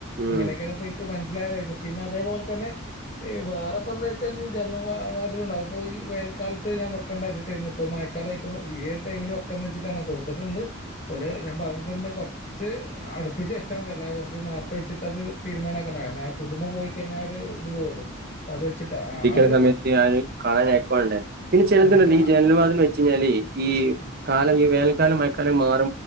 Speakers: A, on the right; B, on the left.
A: ഉം
B: അങ്ങനെയൊക്കെയാണ് ഇപ്പൻക്ക് മൻ സ്സിലായതേര്ന്നു പിന്നെ അതേപോലെ തന്നെ വേറെപ്പന്താ വെച്ചാൽ ഞ് ജനലു വാതിലൂ ണ്ടാകും ഇപ്പോ ഈ വേൽക്കാലത്ത് ഞാൻ വെക്കണ്ട വെച്ചിട്ടേര്ന്നു ഇന്ന് ഇപ്പോ മഴക്കാല ആയിക്കുണു ഈ ഒരു ടൈമില് വെക്കാന്ന് വെച്ചിട്ടാ ണ് കൊടുത്തിട്ടുണ്ട് ഒല് ഞാൻ പറഞ്ഞിട്ടുണ്ട് കുറച്ച് അടുപ്പിച്ച് വെച്ചാതി അല്ലാതെ വെറുതെ നേർത്തെ വെച്ചിട്ടത് തീരുമാനമാക്കണ്ട കാരണം ആ പുതുമ പോയി കഴിഞ്ഞാൽ ഒരു ഇത് പോവൊല്ലോ അപ്പൊ അത് വെച്ചിട്ട് ആ ഒര്
A: ല്ൻ്റെ സമയത്ത് അത് കാണാൻ നേക്ക് വാണ്ടേ പിന്നെ ചെലത്ണ്ടല്ലൊ
B: അതെ അതെ
A: ഈ
B: ആ
A: ജനലുംവാ ത്‌ലും വെച്ചഴിഞ്ഞാല് ഈ
B: ഉം
A: കാലം ഈ വേനക്കാലം മഴക്കാലം മാ